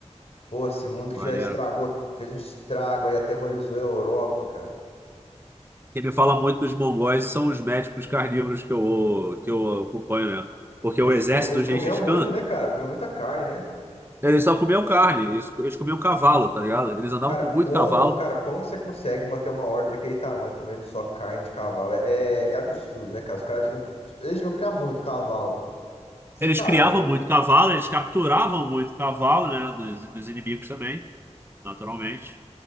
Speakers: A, on the left; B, on the right.
A: Pô, esse mundo que
B: Maneiro.
A: já estragou, fez um estrago aí, aterrorizou a Europa, cara.
B: Quem me fala muito dos mongóis são os médicos carnívoros que eu, que eu acompanho, né? Porque
A: Eles,
B: o exército
A: com- eles
B: do
A: comiam
B: Gengis
A: muito,
B: Khan,
A: né, cara? Comiam muita carne, né?
B: eles só comiam carne, eles, eles comiam cavalo, tá ligado? Eles andavam
A: Cara,
B: com
A: como,
B: muito cavalo,
A: cara, como que você consegue manter uma horda daquele tamanho comendo só carne de cavalo? É, é absurdo, né, cara? Os caras deviam, eles deviam criar muito cavalo. Você
B: eles
A: tá
B: criavam
A: doido?
B: muito cavalo, eles capturavam muito cavalo, né? Dos, dos inimigos também, naturalmente.